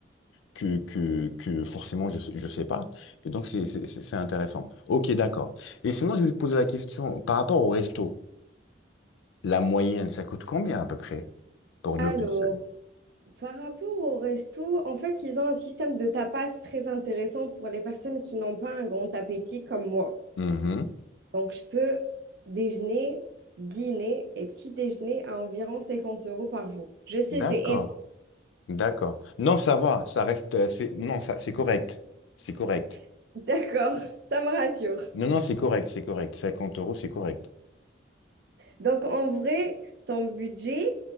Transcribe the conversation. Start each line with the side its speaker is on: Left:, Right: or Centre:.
Left: que, que, que forcément je ne sais pas. Et donc, c'est c'est- c'est- c'est intéressant. Ok, d'accord. Et sinon, je vais te poser la question par rapport au resto. La moyenne, ça coûte combien à peu près pour deux
Right: Alors,
Left: personnes?
Right: par rapport au resto, en fait, ils ont un système de tapas très intéressant pour les personnes qui n'ont pas un grand appétit comme moi.
Left: Mhm.
Right: Donc, je peux déjeuner, dîner et petit déjeuner à environ 50 euros par jour. Je sais,
Left: D'accord,
Right: c'est énorme.
Left: d'accord. Non, ça va, ça reste, euh, c'est, non, ça, c'est correct. C'est correct.
Right: <laughs> D'accord, ça me rassure.
Left: Non, non, c'est correct, c'est correct. cinquante euros, c'est correct.
Right: Donc, en vrai, ton budget,